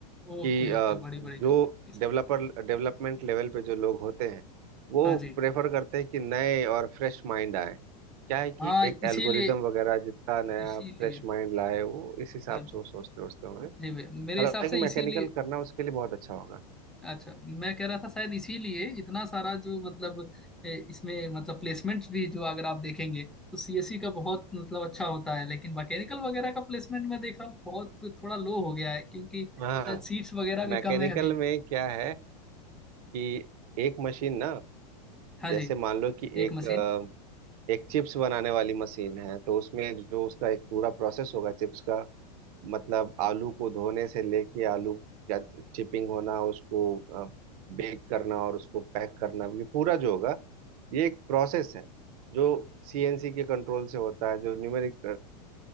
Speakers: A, in the centre; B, on the right.
A: ओके
B: कि अ,
A: ओके बड़ी बड़ी कंपनी
B: जो
A: के साथ
B: डेवलपर डेवलपमेंट लेवल पे जो लोग होते हैं वो
A: हाँ जी
B: प्रेफर करते हैं कि नए और फ्रेश माइंड आए क्या है कि
A: हाँ
B: एक
A: इसीलिए
B: एल्गोरिदम वगैरह जितना नया
A: इसीलिए
B: फ्रेश माइंड लाए वो इस हिसाब
A: हाँ जी
B: से वो सोचते सोचते होंगे
A: जी भैया
B: हालांकि
A: मेरे हिसाब से
B: मैकेनिकल
A: इसीलिए
B: करना उसके लिए बहुत अच्छा होगा
A: अच्छा मैं कह रहा था शायद इसीलिए इतना सारा जो मतलब ए, इसमें मतलब प्लेसमेंट भी जो अगर आप देखेंगे तो सीएससी का बहुत मतलब अच्छा होता है लेकिन मैकेनिकल वगैरह का प्लेसमेंट मैं देख रहा हूँ बहुत थोड़ा लो हो गया है क्योंकि
B: हाँ
A: शायद सीट्स वगैरह भी
B: मैकेनिकल
A: कम है अभी
B: में क्या है कि एक मशीन ना
A: हाँ
B: जैसे
A: जी
B: मान लो कि
A: एक
B: एक
A: मशीन
B: अ, एक चिप्स बनाने वाली मशीन है तो उसमें जो उसका एक पूरा प्रोसेस होगा चिप्स का मतलब आलू को धोने से लेके आलू का चिपिंग होना उसको बेक करना और उसको पैक करना ये पूरा जो होगा ये एक प्रोसेस है जो सीएनसी के कंट्रोल से होता है जो न्यूमेरिक